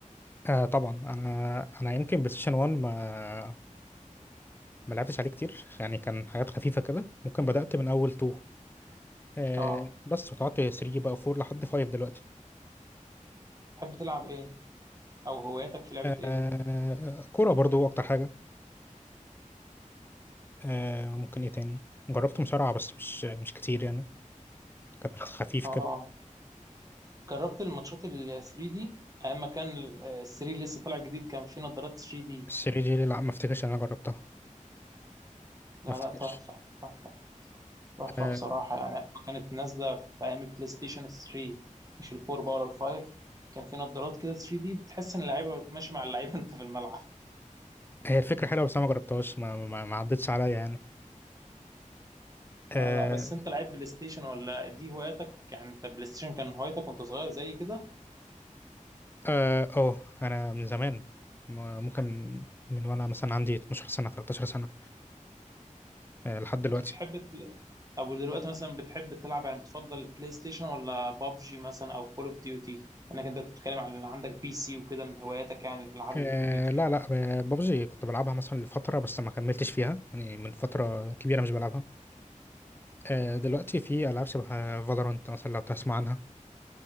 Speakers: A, on the left; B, on the right.
A: آه طبعا انا انا يمكن بلاي ستيشن 1 ما ما لعبتش عليه كتير يعني كان حاجات خفيفه كده ممكن بدات من اول 2 آه
B: اه
A: بس وقعدت 3 بقى 4 لحد 5 دلوقتي
B: تحب تلعب ايه او هواياتك في لعبه ايه
A: آه كوره برضو اكتر حاجه آه ممكن ايه تاني جربت مصارعة بس مش مش كتير يعني كانت خفيف
B: اه
A: كده
B: جربت الماتشات ال 3 دي ايام ما كان ال 3 لسه طالع جديد كان في نظارات 3 دي
A: السري جيلي لا ما افتكرش ان انا جربتها
B: لا
A: ما افتكرش
B: لا تحفه تحفه تحفه
A: آه
B: بصراحه يعني ايام ما كانت نازله في ايام البلاي ستيشن 3 مش الفور بقى ولا الفايف كان في نظارات كده 3 دي بتحس ان اللعيبه ماشي مع اللعيبه <laughs> انت في الملعب
A: هي الفكرة حلوة بس انا ما جربتهاش ما, ما, ما عدتش عليا يعني اه
B: لا لا بس انت لعيب بلاي ستيشن ولا دي هواياتك يعني انت بلاي ستيشن كان هوايتك وانت صغير زي كده
A: اه أوه، انا من زمان م- ممكن من من وانا مثلا عندي 12 سنة 13 سنة آه لحد دلوقتي
B: كنت بتحب تل... او دلوقتي مثلا بتحب تلعب يعني بتفضل بلاي ستيشن ولا بابجي مثلا او كول اوف ديوتي انك انت بتتكلم عن اللي عندك بي سي وكده من هواياتك يعني العاب
A: آه
B: الكمبيوتر
A: لا لا آه، بابجي كنت بلعبها مثلا لفترة بس ما كملتش فيها يعني من فترة كبيرة مش بلعبها آه دلوقتي في ألعاب شبه فالورانت مثلا لو تسمع عنها